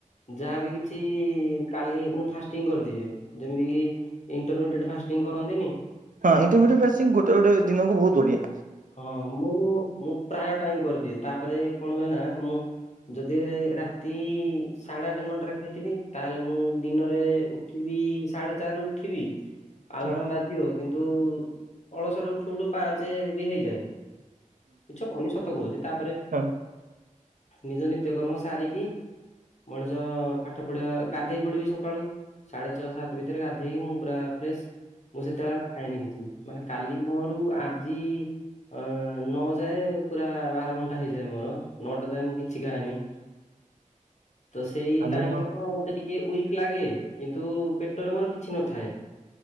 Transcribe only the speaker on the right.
ହଁ <unintelligible> ଗୋଟେ ଗୋଟେ ଦିନକୁ ବହୁତ୍ ବଢ଼ିଆ।
ହୁଁ
ହୁଁ
କାଲି
ମୁଁ